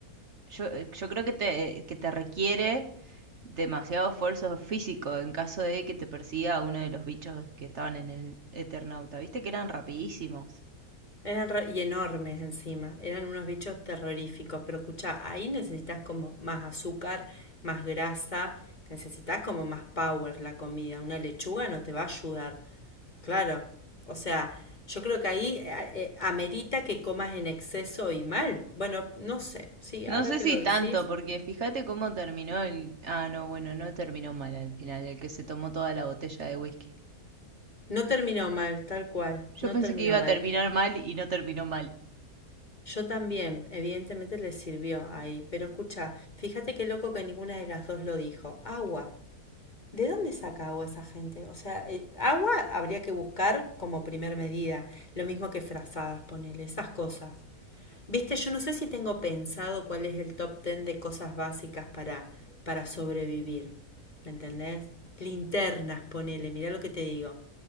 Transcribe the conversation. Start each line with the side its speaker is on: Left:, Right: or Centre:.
Right: Yo, eh, yo creo que te, que te requiere demasiado esfuerzo físico en caso de que te persiga uno de los bichos que estaban en el Eternauta. Viste que eran rapidísimos.
Left: Eran re- y enormes encima, eran unos bichos terroríficos, pero escuchá, ahí necesitas como más azúcar, más grasa, necesitas como más power la comida, una lechuga no te va a ayudar, claro, o sea, yo creo que ahí eh, eh, amerita que comas en exceso y mal, bueno, no sé, sí,
Right: No
Left: ahora
Right: sé
Left: que
Right: si
Left: lo
Right: tanto,
Left: decís,
Right: porque fíjate cómo terminó el... Ah, no, bueno, no terminó mal al final, el que se tomó toda la botella de whisky.
Left: no terminó mal, tal cual, no
Right: Yo pensé
Left: terminó
Right: que iba
Left: mal.
Right: a terminar mal y no terminó mal.
Left: Yo también, evidentemente le sirvió ahí, pero escucha, fíjate qué loco que ninguna de las dos lo dijo. Agua. ¿De dónde saca agua esa gente? O sea, eh, agua habría que buscar como primer medida, lo mismo que frazadas, ponele, esas cosas. Viste, yo no sé si tengo pensado cuál es el top ten de cosas básicas para, para sobrevivir. ¿Me entendés? Linternas, ponele, mirá lo que te digo.